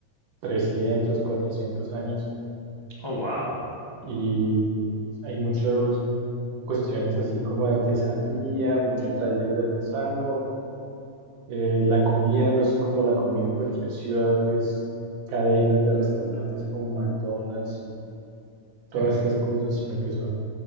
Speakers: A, on the right (about 90°); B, on the left (about 30°).
A: 300, 400 años.
B: Oh, wow.
A: Y hay muchas cuestiones así como de artesanía, mucho taller de artesano. Eh, la comida no es como la comida en cualquier ciudad, que es cadenas de restaurantes como McDonald's y todas
B: Ujú.
A: estas cosas, sino que son